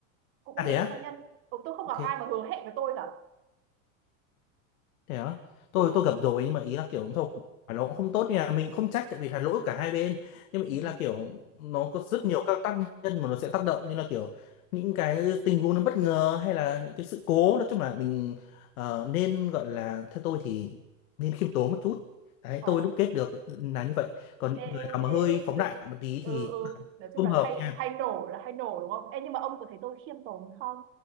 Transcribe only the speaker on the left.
ra thế
á
thế
thế á tôi
tôi gặp rồi nhưng mà ý là kiểu thôi phải nó cũng không tốt nha mình không trách tại vì là lỗi của cả hai bên nhưng mà
ý là kiểu nó có rất nhiều các tác nhân mà nó sẽ tác động như là kiểu những cái tình huống nó bất ngờ hay là những cái sự cố nói chung là mình ờ, nên gọi là theo tôi thì nên khiêm tốn một chút đấy
tôi đúc kết được là như vậy còn những
người
nào mà
hơi
phóng
đại một tí
thì
không
hợp
nha